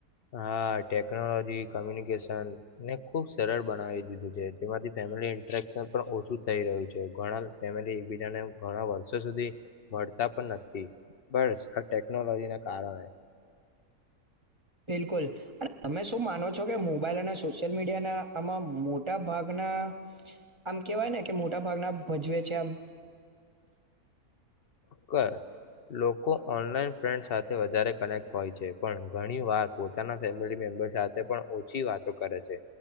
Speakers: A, on the left; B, on the right.
A: હા ટેકનોલોજી કમ્યુનિકેશન ને ખુબ સરળ બનાવી દીધું છે જેમાંથી ફેમિલી ઇન્ટરેક્શન પણ ઓછું થઈ રહ્યું છે ઘણા ફેમિલી એકબીજાને ઘણા વર્ષો સુધી મળતા પણ નથી બસ આ ટેકનોલોજી ના કારણે
B: બિલકુલ અને તમે શું માનો છો. જો કે મોબાઈલ અને સોશિયલ મીડિયાના આમાં મોટા ભાગના આમ કેવાય ને કે મોટા ભાગના ભજવે છે આમ
A: કર લોકો ઓનલાઈન ફ્રેન્ડ સાથે વધારે કનેક્ટ હોય છે પણ ઘણી વાર પોતાના ફેમિલી મેમ્બર સાથે પણ ઓછી વાતો કરે છે